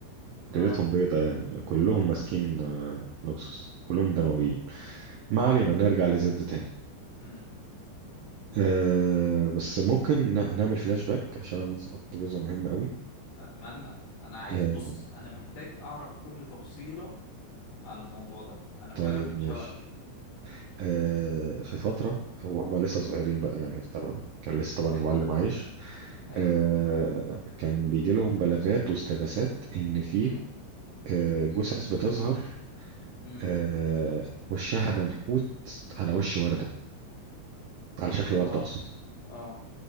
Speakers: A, on the left; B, on the right.
A: اه
B: ليلتهم بيضة يعني كلهم ماسكين آه، نوكسوس كلهم دمويين ما علينا نرجع لزد تاني
A: امم
B: أه بس ممكن ن- نعمل فلاش باك عشان سقطت جزء مهم قوي
A: اتمنى انا عايز
B: أه
A: بص انا محتاج اعرف كل تفصيلة على الموضوع ده انا فعلا
B: طيب
A: متشوق
B: ماشي
A: ليه
B: آه، في فترة هو هما لسه
A: امم
B: صغيرين بقى يعني تمام كان لسه طبعا
A: حلو
B: المعلم عايش
A: ايوه
B: آه، كان بيجي لهم بلاغات واستغاثات إن في
A: امم
B: آه،
A: امم
B: جثث بتظهر
A: امم
B: آه، وشها منحوت على وش وردة على شكل وردة
A: اه
B: أقصد
A: اه